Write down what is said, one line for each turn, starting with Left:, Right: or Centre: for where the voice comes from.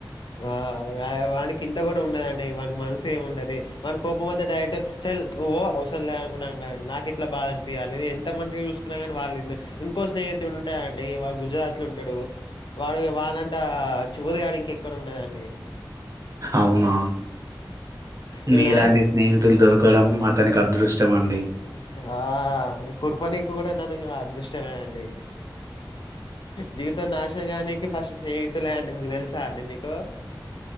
Left: ఆ వానికి ఇంత కూడా ఉండదండి వానకి మనసు ఏమి ఉండదే వానికి కోపం వత్తె డైరెక్ట్ చల్ నువ్వు పొ అవసరం లే అనుకుంట నాకు ఇట్లా బాధ అనిపియాలి ఎంత మంచిగా చూసుకున్నా గాని వాళ్ళు ఇంకో స్నేహితుడు ఉంటే అంటే వాడు గుజరాత్ లో ఉంటాడు వాడు వాడంతా చూరెగాడు ఇంకెక్కడ ఉండాడండి
Right: అవునా
Left: నిన్న
Right: మీలాంటి స్నేహితులు దొరకడం అతనికి అదృష్టం అండి
Left: ఉఫా కుడ్పొనీకి కూడా నాను అదృష్టమేనండి జీవితం నాశానం కావనికి ఫస్ట్ స్నేహితులే అండి మీకు తెలుసా అండి మీకు